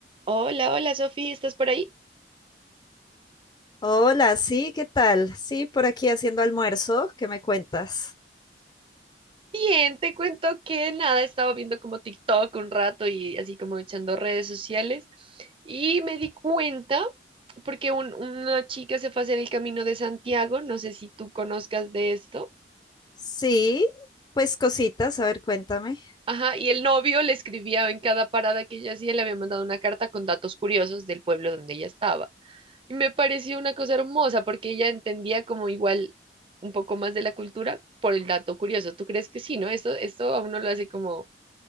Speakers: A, on the right (about 30°); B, on the left (about 25°).
A: Hola, hola Sofía, ¿estás por ahí?
B: Hola, sí, ¿qué tal? Sí, por aquí haciendo almuerzo, ¿qué me cuentas?
A: Bien, te cuento que nada, estaba viendo como TikTok un rato y así como echando redes sociales y me di cuenta porque un- una chica se fue a hacer el Camino de Santiago, no sé si tú conozcas de esto,
B: Sí, pues cositas, a ver, cuéntame.
A: ajá, y el novio le escribía en cada parada que ella hacía, le había mandado una carta con datos curiosos del pueblo donde ella estaba. Y me pareció una cosa hermosa porque ella entendía como igual un poco más de la cultura por el dato curioso. ¿Tú crees que sí, no? Esto, esto a uno lo hace como